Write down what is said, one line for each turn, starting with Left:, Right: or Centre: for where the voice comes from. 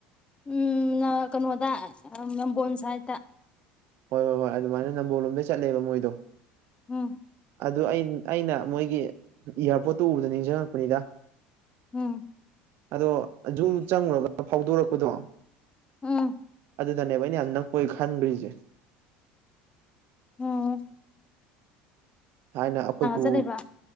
Left: ꯎꯝ ꯀꯩꯅꯣꯗ ꯅꯝꯕꯣꯟ ꯁꯥꯏꯗ
Right: ꯍꯣꯏ ꯍꯣꯏ ꯍꯣꯏ ꯑꯗꯨꯃꯥꯏꯅ ꯅꯝꯕꯣꯜꯂꯣꯝꯗꯩ ꯆꯠꯂꯦꯕ ꯃꯣꯏꯗꯣ
Left: ꯎꯝ
Right: ꯑꯗꯨ ꯑꯩꯅ ꯃꯣꯏꯒꯤ ꯏꯌꯥꯔꯄꯣꯔꯠꯇꯨ ꯎꯕꯗ ꯅꯤꯡꯁꯤꯡꯉꯛꯄꯅꯤꯗ
Left: ꯎꯝ
Right: ꯑꯗꯣ ꯖꯨ ꯆꯪꯉꯨꯔꯒ ꯐꯥꯎꯗꯣꯔꯛꯄꯗꯣ
Left: ꯎꯝ
Right: ꯑꯗꯨꯗꯅꯦꯕ ꯑꯩꯅ ꯌꯥꯝ ꯅꯛꯄꯣꯏ ꯈꯟꯒ꯭ꯔꯤꯁꯦ
Left: ꯑꯣ
Right: ꯊꯥꯏꯅ ꯑꯈꯣꯏ ꯄꯨ
Left: ꯆꯠꯂꯤꯕ